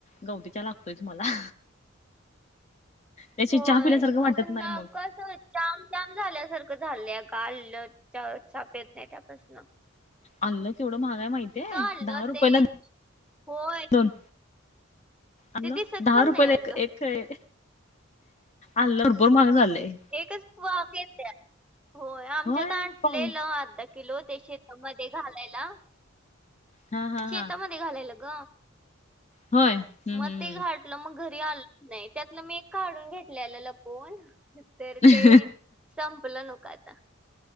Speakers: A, on the left; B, in the centre.
A: गवती चहा लागतोयच मला. त्याची
B: होय,
A: चहा पिल्यासारखं वाटत
B: असं
A: नाही
B: नाक
A: मग
B: कसं जाम जाम झाल्यासारखं झालंय आग, काल चहा पेत नाही त्यापसन
A: अल्ल केवढं महाग हाय माहिती हाय?
B: आलं
A: दहा रुपयाला
B: ते होय
A: दोन आलं
B: ते दिसत
A: दहा
B: पण
A: रुपयला
B: नाही अगं
A: एक एक हे, आलं भरपूर महाग झालंय.
B: एकच <unintelligible> होय, आमच्यात
A: होय.
B: आणलेलं
A: पाहू
B: अर्धा किलो किलो ते शेतामध्ये घालायला,
A: हा हा
B: शेतामध्ये
A: हा
B: घालायला ग.
A: होय हम्म
B: म
A: हम्म
B: ते, घा मग घरी आल नाही, त्यातलं मी एक काढून घेतलेलं लपून. तर
A: हम्म
B: ते संपलं नव का आता.